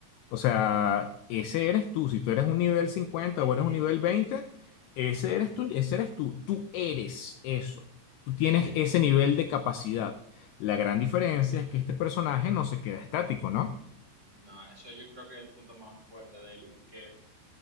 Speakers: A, on the left (about 85°); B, on the right (about 20°).
A: O sea, ese eres tú. Si tú eres un nivel 50, o
B: Ujú,
A: eres un nivel 20. ese eres tú, ese eres tú. Tú eres eso. Tú tienes
B: Sí,
A: ese nivel de capacidad. La gran diferencia es que este personaje no se queda estático, ¿no?
B: no, eso yo creo que es el punto más fuerte de él y que